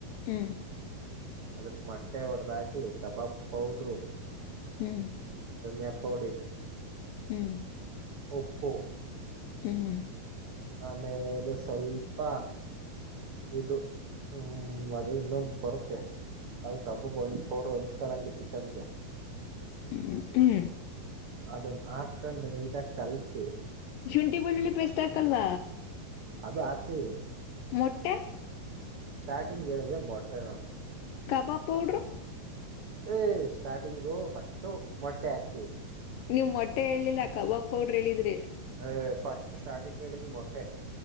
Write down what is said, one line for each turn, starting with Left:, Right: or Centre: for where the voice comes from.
Left: ಹ್ಮ್
Right: ಅದಕ್ ಮೊಟ್ಟೆ ಹೊಡದ್ ಹಾಕಿ ಕಬಾಬ್ ಪೌಡ್ರು
Left: ಹ್ಮ್
Right: <unintelligible> ಪ್ಪಡಿ
Left: ಹ್ಮ್
Right: ಒಪ್ಪೋ
Left: ಹ್ಮ್
Right: ಆಮೇಲೆ ಸ್ವಲ್ಪ ಇದು ಹ್ಮ್ ಮದ ಇನ್ನೊಂದು ಬರುತ್ತೆ ಅದು ಕಬಾಬ್ ಒರು ಎಂಟ ಕಾಲಂಗೆ ಚಿಕನ್ಗೆ
Left: ಹ್ಮ್ ಹ್ಮ
Right: ಅದನ್ನ ಹಾಕೊಂಡು ನೀಟಾಗಿ ಕಲ್ಸು
Left: ಶುಂಠಿ ಬೆಳ್ಳುಳ್ಳಿ ಪೇಸ್ಟ್ ಹಾಕಲ್ವ?
Right: ಅದು ಹಾಕ್ತೀವಿ
Left: ಮೊಟ್ಟೆ?
Right: ಸ್ಟಾರ್ಟಿಂಗ್ ಹೇಳಿದೆ ಮೊಟ್ಟೆ ನಾನು
Left: ಕಬಾಬ್ ಪೌಡರು?
Right: ಏ, ಸ್ಟಾರ್ಟಿಂಗು ಫಸ್ಟು ಮೊಟ್ಟೆ ಹಾಕ್ತೀವಿ
Left: ನೀವ್ ಮೊಟ್ಟೆ ಹೇಳಲಿಲ್ಲ, ಕಬಾಬ್ ಪೌಡ್ರ ಹೇಳಿದ್ರಿ
Right: ಏ.. ಫಸ್ಟ್ ಸ್ಟಾರ್ಟಿಂಗ್ ಹೇಳಿದ್ ಮೊಟ್ಟೆ